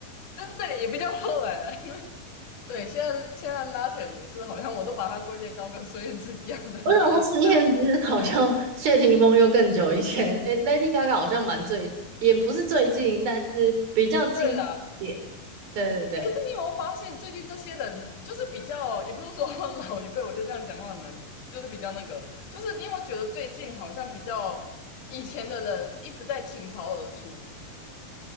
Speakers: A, on the left (about 60°); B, on the right (about 80°).
A: 就是对，也比较后来了。对，现在现在拉扯也是，好像我都把它归类到跟孙燕姿一样的那个年代了。
B: 我想说孙燕姿好像谢霆锋又更久以前，诶，Lady Gaga 好像蛮最，也不是最近，但是比较近一点。
A: 对啦，
B: 对对对。
A: 诶可是你有没有发现，最近这些人就是比较，也不是说 <laughs> 老一辈，我就这样讲话很难，就是比较那个，就是你有没有觉得最近好像比较以前的人一直在倾巢而出，